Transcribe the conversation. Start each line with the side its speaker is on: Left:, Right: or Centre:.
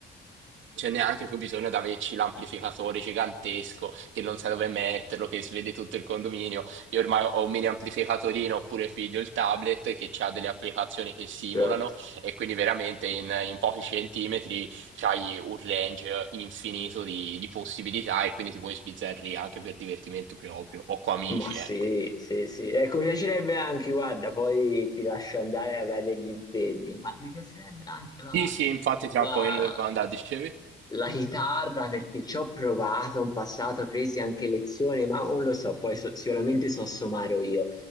Right: c'è neanche più bisogno di averci l'amplificatore gigantesco che non sa dove metterlo, che svede tutto il condominio. Io ormai ho un mini amplificatorino oppure figlio il tablet che ha delle applicazioni che simulano
Left: certo.
Right: e quindi veramente in, in pochi centimetri c'hai un range infinito di, di possibilità e quindi ti puoi sbizzarrire anche per divertimento proprio o con amici,
Left: Ma sì,
Right: ecco.
Left: sì, sì. Ecco, mi piacerebbe anche, guarda, poi ti lascio andare, avrai degli impegni, ma mi piacerebbe anche la,
Right: Sì, sì, infatti tra
Left: la-
Right: un po' io ne devo andare, dicevi?
Left: la chitarra perché ci ho provato in passato, presi anche lezioni, ma non lo so, poi so- sicuramente so suonare io.